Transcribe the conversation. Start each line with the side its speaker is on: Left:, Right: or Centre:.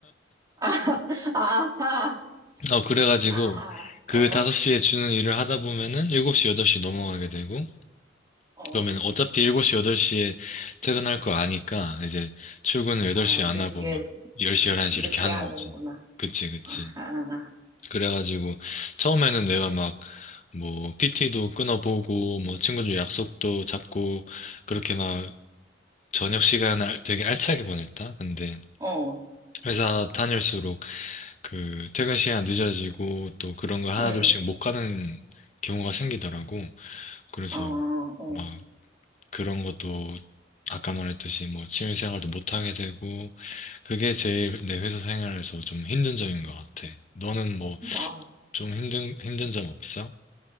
Right: <laughs> 아, 아하,
Left: <laughs> 어 그래가지고
Right: 아하,
Left: 그
Right: 어,
Left: 5시에 주는 일을 하다 보면은 7시 8시 넘어가게 되고
Right: 어,
Left: 그러면 어차피 7시, 8시에 퇴근할 거 아니까 이제 출근을 8시
Right: 아,
Left: 안
Right: 늦게,
Left: 하고 막 10시, 11시
Right: 늦게
Left: 이렇게 하는
Right: 하는구나.
Left: 거지. 그치, 그치.
Right: 아하,
Left: 그래가지고 처음에는 내가 막 뭐 PT도 끊어보고 뭐 친구들 약속도 잡고 그렇게 막 저녁 시간을 되게 알차게 보냈다. 근데
Right: 어,
Left: 회사 다닐수록 그 퇴근 시간 늦어지고 또 그런 거 하나둘씩
Right: 응,
Left: 못 가는 경우가 생기더라고. 그래서
Right: 어, 어.
Left: 막 그런 것도 아까 말했듯이 뭐 취미 생활도 못 하게 되고 그게 제일 내 회사 생활에서 좀 힘든 점인 것 같아. 너는 뭐
Right: 마,
Left: 좀 힘든 힘든 점 없어?